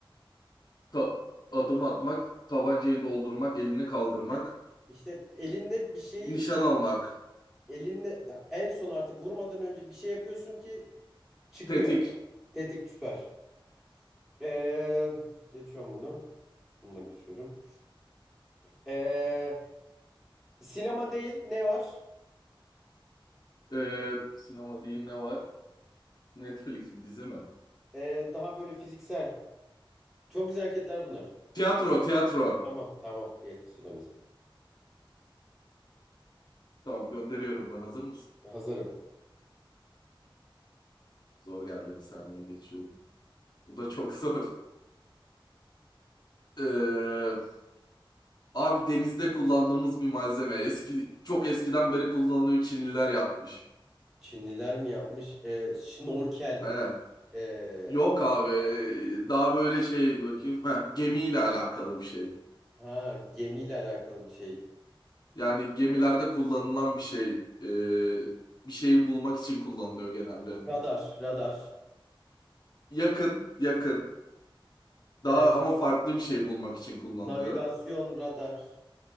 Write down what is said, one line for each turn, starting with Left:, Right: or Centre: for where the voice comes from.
Left: Ta- adım atmak, tabancayı doldurmak, elini kaldırmak,
Centre: İşte elinde bir şeyi
Left: nişan almak,
Centre: elinde en son artık vurmadan önce bir şey yapıyorsun ki çıkıyor.
Left: tetik.
Centre: Tetik süper. Ee, geçiyorum bunu. Bununla geçiyorum. Ee, Sinema değil ne var?
Left: Ee, sinema değil ne var? Netflix mi dizi mi?
Centre: Ee, daha böyle fiziksel. Çok güzel hareketler bunlar.
Left: Tiyatro tiyatro.
Centre: Tamam tamam yetti süremiz.
Left: Tamam gönderiyorum ben hazır mısın?
Centre: Hazırım.
Left: Zor geldi bir saniye geçiyorum. Bu da çok zor. Ee, abi denizde kullandığımız bir malzeme. Eski, çok eskiden beri kullanılıyor Çinliler yapmış.
Centre: Çinliler mi yapmış? Ee, şnorkel.
Left: Aynen.
Centre: Ee,
Left: Yok abi ee, daha böyle şey dur bakayım. Heh, gemiyle alakalı bir şey.
Centre: ha gemiyle alakalı bir şey.
Left: Yani gemilerde kullanılan bir şey. Ee, bir şeyi bulmak için kullanılıyor genelde.
Centre: Radar radar.
Left: Yakın yakın. Daha
Centre: Ee,
Left: ama farklı bir şey bulmak için kullanılıyor.
Centre: navigasyon radar.